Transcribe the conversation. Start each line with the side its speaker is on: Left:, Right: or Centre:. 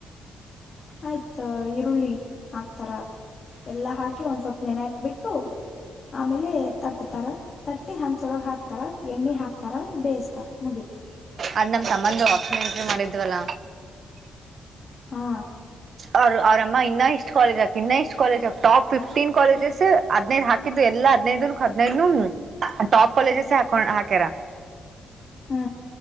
Left: ಆಯ್ತ ಈರುಳ್ಳಿ ಹಾಕ್ತಾರ ಎಲ್ಲಾ ಹಾಕಿ ಒಂದ್ ಸ್ವಪ್ ನೆನೆ. ಬಿಟ್ಟು ಆಮೇಲೆ ತಟ್ತಾರ ತಟ್ಟಿ ಹಂಚೊಳಗ್ ಹಾಕ್ತಾರ ಎಣ್ಣೆ ಹಾಕ್ತಾರ ಬೇಯಿಸತಾರ ಮುಗೀತು.
Right: ಅದ್ ನಮ್ ಸಂಬಂಧ ಆಪ್ಷನ್ ಎಂಟ್ರಿ ಮಾಡಿದ್ವಲ್ಲ
Left: ಹಾ
Right: ಅವರು ಅವ್ರ ಅಮ್ಮ ಇನ್ನ ಇಷ್ಟ ಕಾಲೇಜ್ ಆಕ್ ಇನ್ನ ಇಷ್ಟ ಕಾಲಜ್ ಆಾಕ್ ಟಾಪ್ ಫಿಫ್ಟೀನ್ ಕಾಲೇಜಸ್ ಹದ್ ಹಕ್ ಎ ಎಲ್ಲ ಹದ್ದು ಹದ್ನೈದನು ಟಾಪ್ ಕಾಲೇಜಸ ಹಾಕೊಂಡ್ ಹಾಕ್ಯಾರ
Left: ಹ್ಮ